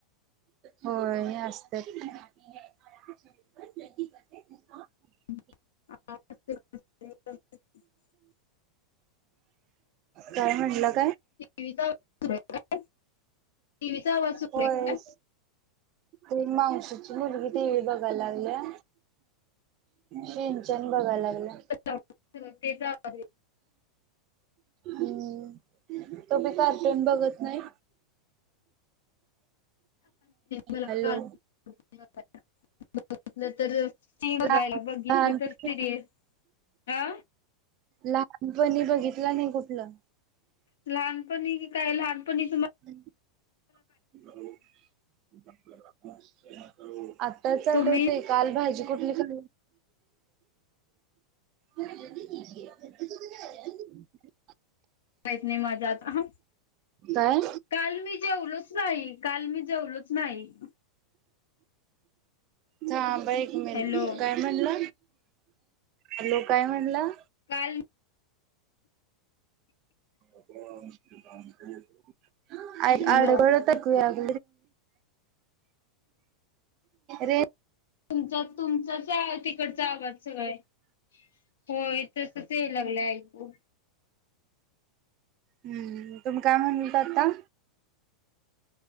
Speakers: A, on the right; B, on the left.
A: होय <inaudible>
B: ह <inaudible>
A: काय म्हटलात?
B: <unintelligible> टीव्हीचा आवाज सुरू
A: होय.
B: आहे काय?
A: ती मावशीची मुलगी टीव्ही बघायलागल्या सिंनचाण बघायलागल्या
B: जरा तेच आवाज
A: हम् तू बी का कोण बघत नाही?
B: मला
A: हॅलो
B: काल <unintelligible> बघितलं तर सी बघायला
A: लहान
B: बघितलं
A: लहानपणी
B: तर सिरियल अ
A: लहानपणी बघितला नाही कुठलं.
B: लहानपणी की काय लहानपणी तुम्हा
A: हम् <inaudible> बरो <inaudible> आत. त्याचत
B: तुम्ही
A: होते कालभजी कुठली ख हा <unintelligible>
B: माहीत नाही माझा आता
A: काय
B: काल मी जेवलोच नाही काल मी जेवलोच नाही.
A: थांब हा एक मिनंट
B: हॅलो
A: काय म्हणलं. हॅलो काय म्हणला.
B: काल
A: बर <unintelligible>
B: हॅलो
A: आडवड टकूया <unintelligible> रेन
B: तुम तुमचाच ॲ तिकडचा आवाज <unintelligible> होय तसच याय लागलं ऐकू
A: हम्म. तुम्ही काय म्हणत लेत आता.